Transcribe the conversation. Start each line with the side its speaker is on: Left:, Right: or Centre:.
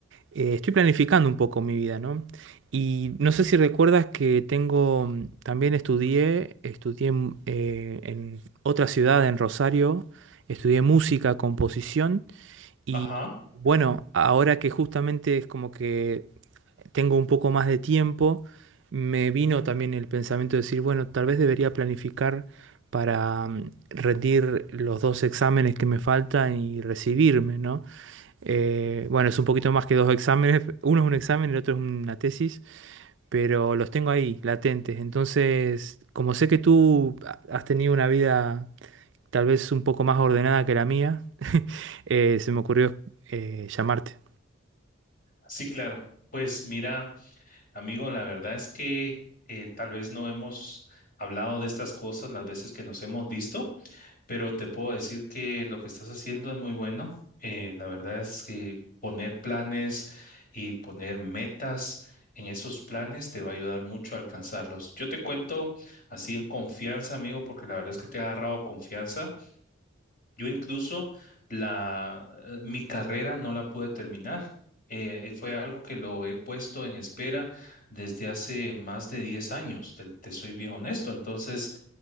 Right: eh, estoy planificando un poco mi vida, ¿no? Y no sé si recuerdas que tengo, mm, también estudié, estudié mm, eh, en otra ciudad, en Rosario, estudié música, composición y
Left: Ajá.
Right: bueno, ahora que justamente es como que tengo un poco más de tiempo, me vino también el pensamiento de decir, bueno, tal vez debería planificar para mm, rendir los dos exámenes que me faltan y recibirme, ¿no? Eh, bueno, es un poquito más que dos exámenes, <laughs> uno es un examen, el otro es una tesis, pero los tengo ahí, latentes. Entonces, como sé que tú ha- has tenido una vida tal vez un poco más ordenada que la mía, <laughs> eh, se me ocurrió eh, llamarte.
Left: Sí, claro. Pues mira, amigo, la verdad es que eh, tal vez no hemos hablado de estas cosas las veces que nos hemos visto, pero te puedo decir que lo que estás haciendo es muy bueno. Eh, la verdad es que poner planes y poner metas en esos planes te va a ayudar mucho a alcanzarlos. Yo te cuento así en confianza, amigo, porque la verdad es que te ha agarrado confianza. Yo incluso la, eh, mi carrera no la pude terminar. Eh, fue algo que lo he puesto en espera desde hace más de 10 años, te, te soy bien honesto. Entonces,